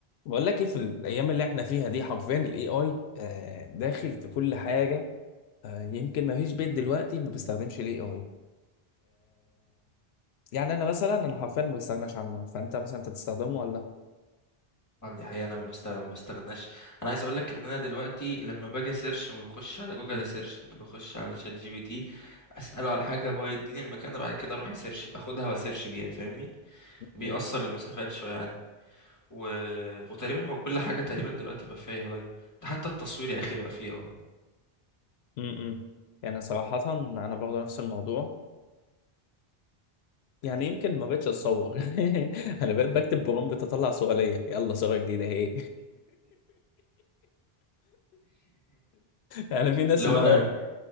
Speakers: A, on the left (about 85°); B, on the left (about 15°).
A: بقول لك ايه في الايام اللي احنا فيها دي حرفيا الاي اي داخل في كل حاجه آه، يمكن ما فيش بيت دلوقتي ما بيستخدمش الاي اي يعني انا مثلا انا حرفيا ما بستغناش عنه فانت مثلا انت بتستخدمه ولا
B: اه دي حقيقة انا ما بست- ما بستغناش انا عايز اقول لك ان انا دلوقتي لما باجي سيرش ما بخش على جوجل سيرش انا بخش على شات جي بي تي اساله على حاجة هو يديني المكان بعد كده اروح اسيرش باخدها واسيرش بيها فاهمني بيأثر
A: م-
B: المسافات شوية عني و... وتقريبا هو كل حاجة تقريبا دلوقتي بقى فيها اي اي، ده حتى التصوير يا اخي بقى فيه اي
A: م- يعني صراحه انا برضه نفس الموضوع يعني يمكن ما بقتش اتصور <laughs> انا بقيت بكتب برومبت اطلع صوره ليا يلا صوره جديده اهي <laughs> يعني في ناس
B: اللي
A: اللي
B: هو
A: هو
B: انا
A: ايه